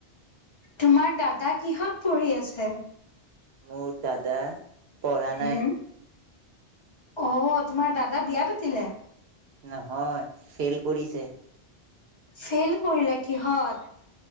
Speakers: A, on the left; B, on the right.
A: তোমাৰ দাদা কিহত পঢ়ি আছে।
B: মোৰ দাদা পঢ়া নাই।
A: উম অ', তোমাৰ দাদা বিয়া পাতিলে।
B: নহয় ফেইল কৰিছে।
A: ফেইল কৰিলে কিহত।